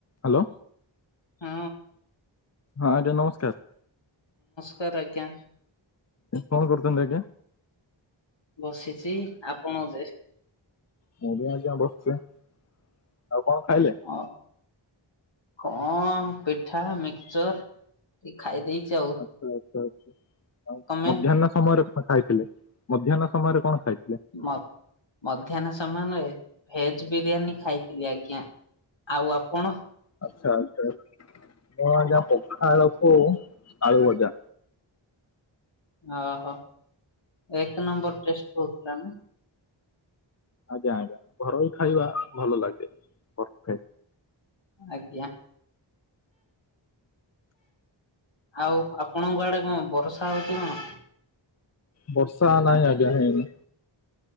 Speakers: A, on the left; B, on the left.
A: Hello.
B: ହଁ।
A: ହଁ ଆଜ୍ଞା ନମସ୍କାର।
B: କର ଆଜ୍ଞା।
A: କଣ କରୁଚନ୍ତି ଏବେ?
B: ବସିଛି ଆପଣ ଯେ
A: ମୁବି ଆଜ୍ଞା ବସିଚି ଆଉ କଣ ଖାଇଲେ?
B: ଅ କଣ ପିଠା ମିକସଚର ଟି ଖାଇ ଦେଇଛି ଆଉ
A: ଆଚ୍ଛା ଆଚ୍ଛା ଆଛା
B: ତମେ
A: ମଧ୍ୟାନ ସମୟରେ ଖାଇଥିଲେ ମଧ୍ୟାହ୍ନ ସମୟରେ କଣ ଖାଇ
B: ମ-ମଧ୍ୟାହ୍ନ ସମୟରେ ଭେଜ ବିରିୟାନୀ ଖାଇ ଆଜ୍ଞା ଆଉ ଆପଣ
A: ଆଛା <unintelligible> ପଖାଳକୁ ଆଳୁ ଭଜା।
B: ଓହୋ ଏକ ନମ୍ବର ଟେଷ୍ଟ ହଉଥିଲା ନା
A: ଆଜ୍ଞା ଆଜ୍ଞା ଘରଇ ଖାଇବା ଭଲ ଲାଗେ ଘର ଖାଇ
B: ଆଜ୍ଞା ଆଉ ଆପଣଙ୍କ ଆଡେ କଣ ବର୍ଷା ହଉଛି କଣ
A: ବର୍ଷା ନାହିଁ ଆଜ୍ଞା ହେଇନି।